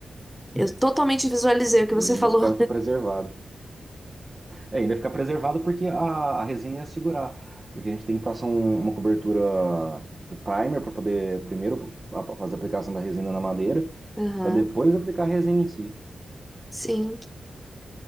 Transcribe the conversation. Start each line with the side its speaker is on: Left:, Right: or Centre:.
Centre: Eu totalmente visualizei o que
Right: e
Centre: você
Right: ainda
Centre: falou.
Right: ficava preservado. É, ainda ficar preservado porque a, a resina ia segurar. Porque a gente tem que passar um- uma cobertura de primer para poder primeiro a- fazer a aplicação da resina na madeira,
Centre: <laughs> Aham,
Right: para depois aplicar a resina em si.
Centre: sim.